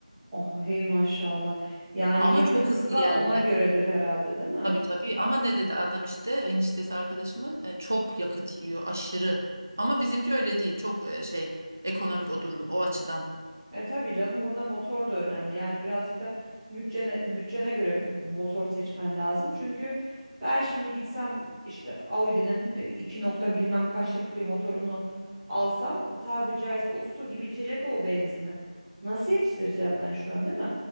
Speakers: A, in the centre; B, on the right (about 20°).
A: oh, hey maşallah. Yani
B: Ama
A: yakıtı
B: çok hızlı
A: da
B: geldiler.
A: ona göredir herhalde, değil mi?
B: Tabii tabii ama ne dedi adam işte eniştesi arkadaşımın e, çok yakıt yiyor aşırı. Ama bizimki öyle değil çok e, şey ekonomik o durum o açıdan.
A: E tabii canım burada motor da önemli. Yani birazcık da bütçene, bütçene göre motor seçmen lazım. Çünkü ben şimdi gitsem işte Audi'nin e, 2 nokta bilmem kaçlık bir motorunu alsam tabiri caizse o su gibi içecek o benzini. Nasıl yetiştireceğim ben şu an değil mi?